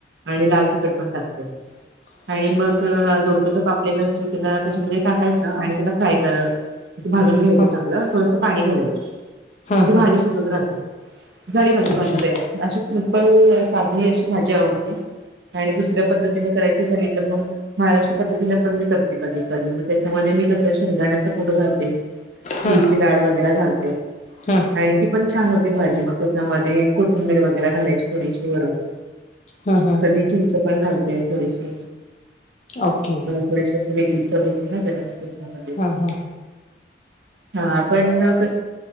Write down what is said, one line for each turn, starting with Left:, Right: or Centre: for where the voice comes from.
Right: आणि लाल तिखट पण टाकते
Left: ह
Right: आणि मग दोडका जो कापलेला असतो त्याला त्याच्यामध्ये टाकायचा आणि त्याला फ्राय करा भाजून
Left: हम्म
Right: घ्यायचं चांगलं थोडसं पाणी घालायचं
Left: हम्म
Right: मग तेी भाजी
Left: हम्म
Right: शिजत राहते झाडी माझी
Left: अच्छा
Right: भाजी पया अशी सिम्पल साधणी अशी भाजी आवडते आणि दुसऱ्या पद्धतीने करायची झाली तर मग महाराष्ट्र पद्धतीने पण मी करते कधी कधी त्याच्यामध्ये मी कस शेंगाण्याचा फोट घालते
Left: हम्म
Right: तुरीची डाळ वगैरे घालते
Left: हं
Right: आणि ती पण छान होते भाजी मग त्याच्यामध्ये कोथिंबीर वगैरे घालायची थोडीशी वरून
Left: हं हं
Right: कधी चिंच पण घालतय थोडीशी
Left: ओके
Right: थोडीशी अशी वेगळी हो त्याला त्याच्यामध्ये
Left: हम् हम्
Right: हा पण कस